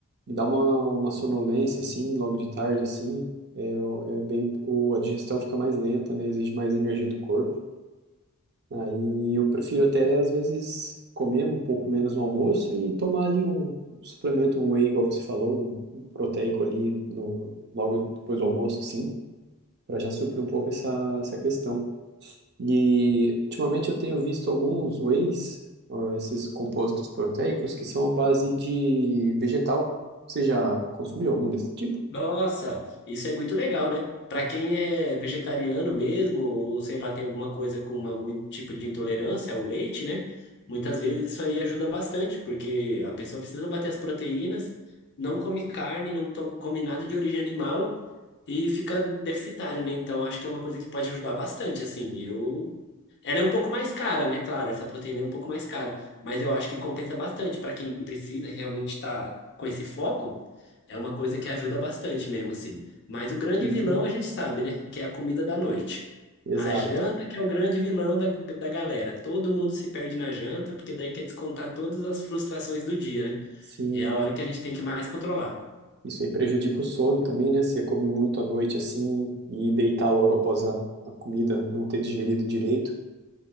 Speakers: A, on the right; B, on the left.
A: me dá uma, uma sonolência assim, logo de tarde, assim, é, é bem, o, a digestão fica mais lenta, né? Exige mais energia do corpo. Aí eu prefiro até às vezes comer um pouco menos no almoço e tomar ali um, suplemento, um whey, igual você falou, um, um proteico ali no, logo depois do almoço, assim, para já suprir um pouco essa, essa questão. E ultimamente eu tenho visto alguns whey's, ó, esses compostos proteicos, que são à base de vegetal. Você já consumiu algum desse tipo?
B: Nossa, isso é muito legal, né? Para quem é vegetariano mesmo, ou sei lá, tem alguma coisa com algum tipo de intolerância ao leite, né? Muitas vezes isso aí ajuda bastante, porque a pessoa precisa bater as proteínas, não come carne, não to- come nada de origem animal e fica deficitário, né? Então acho que é uma coisa que pode ajudar bastante, assim. Eu ela é um pouco mais cara, né? Claro, essa proteína é um pouco mais cara, mas eu acho que compensa bastante para quem precisa e realmente estar com esse foco. É uma coisa que ajuda bastante mesmo, assim. Mas o grande
A: Sim,
B: vilão a gente sabe, né? Que é a comida da noite.
A: exato.
B: A janta que é o grande vilão da, da galera. Todo mundo se perde na janta, porque daí quer descontar todas as frustrações do dia, né?
A: Sim,
B: E é a hora que a gente tem que mais controlar.
A: isso aí prejudica o sono também, né? Você come muito à noite assim e deitar logo após a, a comida, não ter digerido direito.